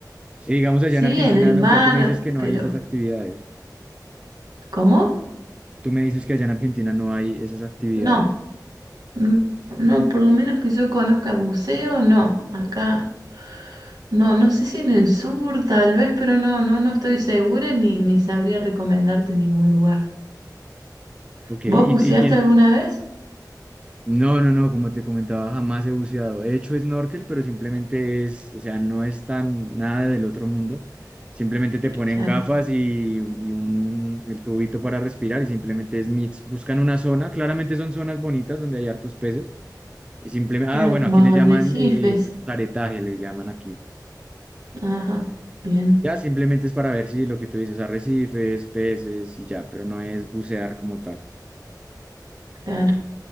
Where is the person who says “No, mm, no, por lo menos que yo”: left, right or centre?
Right